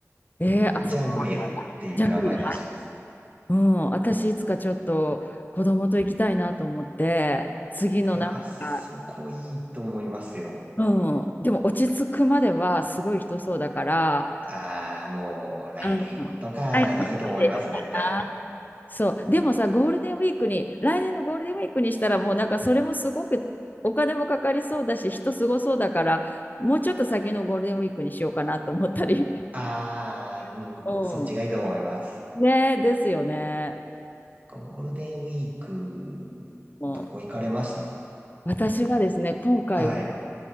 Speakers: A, on the left; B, on the right.
A: えー、
B: で、
A: あそこ、
B: ジャングリアっていう名前らしいです。
A: ジャングリラ。うん、私いつかちょっと子供と行きたいなと思って、次のなんか、
B: いやー、そこいいと思いますよ。
A: うん、でも落ち着くまではすごい人そうだから、
B: ああ、もう来年とかがいいと思います、
A: うん。はい、でな。
B: 絶対。
A: そう、でもさ、ゴールデンウィークに、来年のゴールデンウィークにしたら、もうなんかそれもすごくお金もかかりそうだし、人すごそうだから、もうちょっと先のゴールデンウィークにしようかなと思ったり。
B: ああ、うんそっちがいいと思います。
A: <laughs> うん。ねえ、ですよね。
B: ゴールデンウィーク、
A: うん。
B: どこ行かれました
A: 私はですね、今回は、
B: はい。